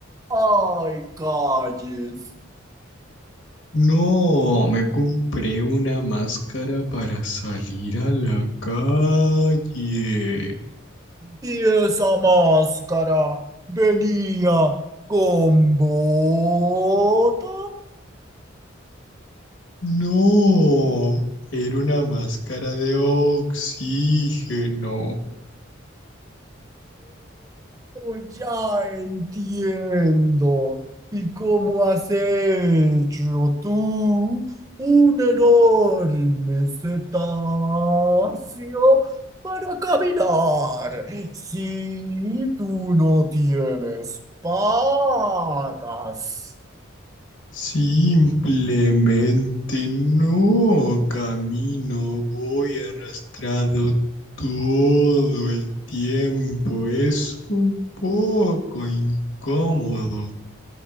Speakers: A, on the right; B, on the left.
A: hay calles?
B: No, me compré una máscara para salir a la calle.
A: Y esa máscara venía con botas.
B: No, era una máscara de oxígeno.
A: Uh, ya entiendo. ¿Y cómo has hecho tú un enorme cetáceo para caminar si tú no tienes patas?
B: Simplemente no camino, voy arrastrado todo el tiempo. Es un poco incómodo,